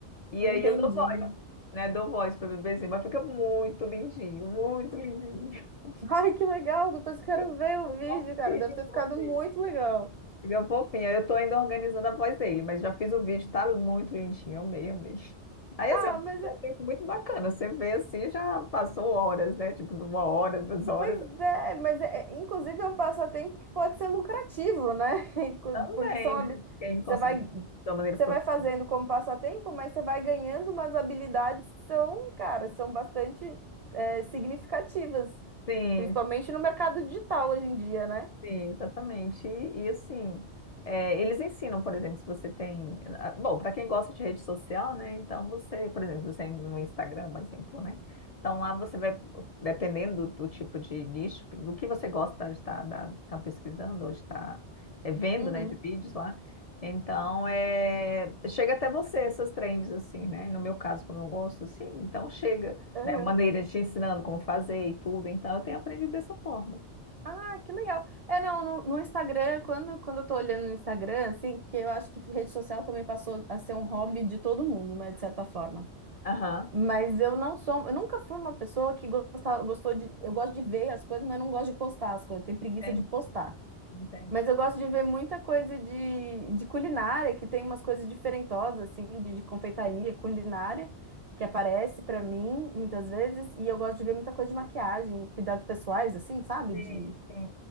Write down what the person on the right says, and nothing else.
Entendi.
Ai, que legal! Depois eu quero
ver o
vídeo,
cara. Deve ter ficado
muito legal.
Ah,
mas
Pois é, mas é, é- inclusive é um passatempo que pode ser lucrativo, né? <laughs> Inclu-
Porque são
habi-
você
vai
você
vai fazendo como passatempo, mas você vai ganhando umas habilidades que são, cara, são bastante é, significativas,
principalmente no mercado digital hoje em dia, né?
Uhum.
Uhum.
Ah, que legal. É, não, no, no Instagram, quando, quando eu tô olhando no Instagram, assim, que eu acho que rede social também passou a ser um hobby de todo mundo, né, de certa forma.
Mas eu não sou, eu nunca fui uma pessoa que gosta, gostou de, eu gosto de ver as coisas, mas não gosto de postar as coisas, tenho preguiça
de postar.
Mas eu gosto de ver muita coisa de, de culinária, que tem umas coisas diferentosas, assim, de, de confeitaria, culinária, que aparece pra mim muitas vezes, e eu gosto de ver muita coisa de maquiagem, cuidados pessoais, assim, sabe?
De